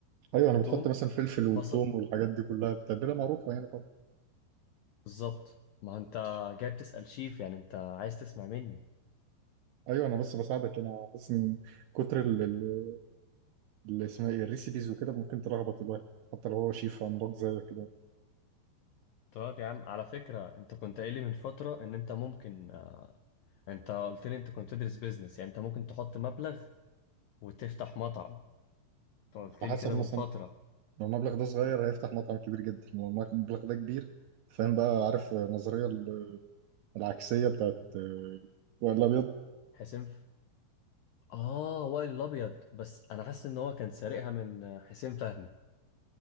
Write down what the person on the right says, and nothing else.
ايوه انا بتحط
مثلا فلفل والثوم
والحاجات دي كلها بتتبيله معروفه يعني طبعا
ماشي
ايوه انا بس بساعدك انا حاسس ان كتر ال- ال- اللي اسمها ايه الريسيبيز وكده ممكن تلخبط الواحد حتى لو هو شيف عملاق زيك كده
على
حسب
مثلا
لو المبلغ ده صغير هيفتح مطعم كبير جدا لو المبلغ ده كبير فاهم بقى عارف النظريه ال- العكسيه بتاعت آه، وائل الابيض